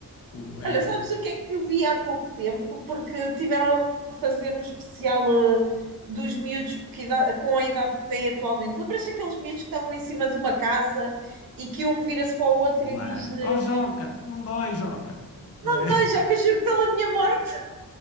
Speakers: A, on the left; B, on the right.
A: Tipo, é
B: Olha, sabes o que é que eu vi há pouco tempo? Porque tiveram a fazer um especial eh, dos miúdos que idade- com a idade que têm atualmente. Lembras-te daqueles miúdos que estavam em cima de uma casa e que um vira-se para o outro
A: claro.
B: e diz-lhe:
A: Oh, Joca, não dói, Joca. Não
B: Não
A: é?
B: me
A: <laughs>
B: dói, Joca, juro pela minha morte,